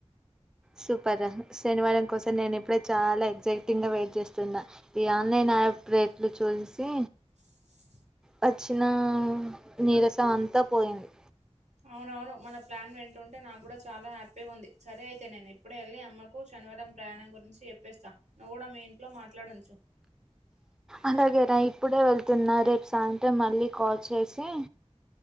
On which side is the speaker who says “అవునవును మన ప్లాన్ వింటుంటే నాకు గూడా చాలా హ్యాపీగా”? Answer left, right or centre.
Right